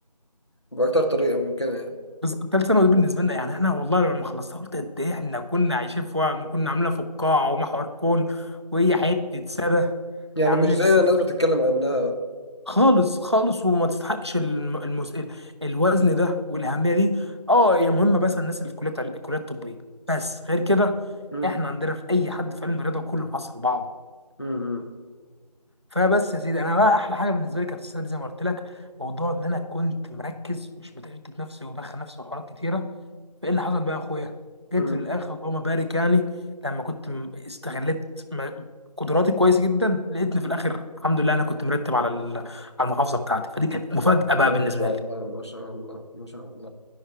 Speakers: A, on the left; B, on the right.
A: باكتر طريقه ممكنه يعني
B: بس ثالث ثانوي دي بالنسبه لنا يعني احنا والله لما خلصتها قلت قد ايه احنا كنا عايشين في وهم وكنا عاملينها في القاعه ومحور كون وهي حته سنه
A: يعني
B: يعني
A: مش زي
B: بس,
A: ما
B: بس
A: الناس بتتكلم عنها
B: خالص خالص وما تستحقش الم... المس... ال- الوزن ده والاهميه دي اه هي مهمه مثلا الناس اللي في كليات الكليات الطبيه بس غير كده
A: بقى
B: احنا عندنا في اي حد في علم الرياضه كله حصل بعضه
A: امم
B: فبس يا سيدي انا بقى احلى حاجه بالنسبه لي كانت السنه دي زي ما قلت لك موضوع ان انا كنت مركز مش بتشتت نفسي وبدخل نفسي في حوارات كتيره فايه اللي حصل بقى يا اخويا جيت
A: امم
B: في الاخر اللهم بارك يعني لما كنت م- استغلت م- قدراتي كويس جدا لقيتني في الاخر الحمد لله انا كنت مرتب على ال- على المحافظه بتاعتي فدي كانت مفاجاه بقى
A: لا
B: بالنسبه
A: ما شاء
B: لي
A: الله ما شاء الله ما شاء الله